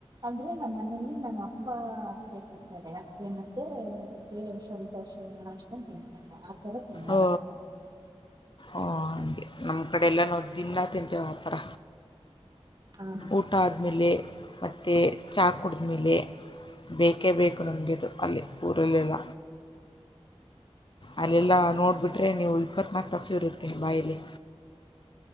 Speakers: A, on the right (about 40°); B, on the left (about 50°).
A: ಅಂದ್ರೆ ನಮ್ಮ ಮನೇಲಿ ನಮ್ಮ ಅಪ್ಪ ಅಡಕೆ ತಿಂತಾರೆ. ಅಡಕೆ ಮತ್ತೆ ಅದಕ್ಕೆ ಸ್ವಲ್ಪ ಸುಣ್ಣ ಹಚ್ಕೊಂಡ್ ತಿಂತಾರೆ. ತರ ತಿನ್ನಲ್ಲ
B: ಓ
A: ನಾವು.
B: ಓ ಹಾಗೆ ನಮ್ ಕಡೆ ಎಲ್ಲ ನಾವು ದಿನ ತಿಂತಿವಾ ತರ
A: ಹಾ
B: ಊಟ ಆದಮೇಲೆ ಮತ್ತೆ ಮತ್ತೆ ಚಹ ಕುಡಿದ್ಮೇಲೆ ಬೇಕೇ ಬೇಕು ನಮಗೆ ಅದು, ಅಲ್ಲಿ ಊರಲ್ಲೆಲ್ಲ. ಅಲ್ಲೆಲ್ಲ ನೋಡಿಬಿಟ್ರೆ ನೀವು ಇಪ್ಪತ್ನಾಲ್ಕು ತಾಸು ಇರುತ್ತೆ ಬಾಯಲ್ಲಿ.